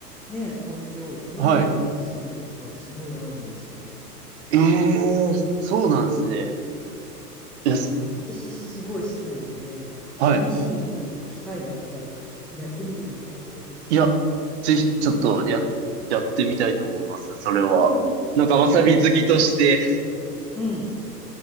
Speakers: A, in the centre; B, on the right.
A: ね、かんぴょうにわさびがすごい合うんですよ。
B: はい。ええそうなんですね。です。
A: ね、私すごい好きなので、
B: はい。
A: 試しになんか機会があったらやってみてください、今度。
B: いや、ぜひ、ちょっと、や、やってみたいと思います。それは。
A: <laughs>
B: なんか、わさび好きとして。
A: はい。うん。